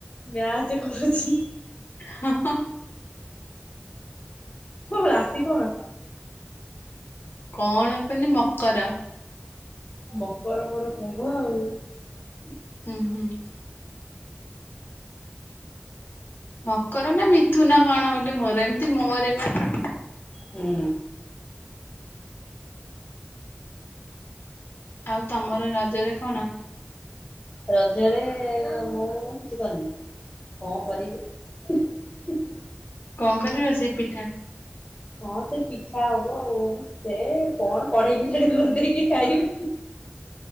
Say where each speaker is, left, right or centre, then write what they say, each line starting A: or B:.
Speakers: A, on the left; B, on the left.
A: ମ୍ୟାଚ କରୁଚି।
B: ହଁ ହଁ।
A: ତୋ ରାସି କଣ?
B: କଣ ପେନି ମକର।
A: ମକର ମୋର କୁମ୍ଭ ଆଉ ।
B: ହୁଁ ହୁଁ । ମ କର ନା ମିଥୁନ କଣ ଗୋଟେ ମୋର ଏମତି ମ ରେ ବା ।
A: ହୁଁ।
B: ଆଉ ତମର ରଜରେ କଣ?
A: ରଜରେ ମୁଁ କିଛି କରିନି କଣ କରିବି ।
B: କଣ କରିବା ସେଇ ପିଠା ।
A: ହଁ ସେ ପିଠା ହବ ଆଉ ସେ କଣ କଢେଇ ପିଠାଟେ କରିଦେଇକି ଖାଇବି ।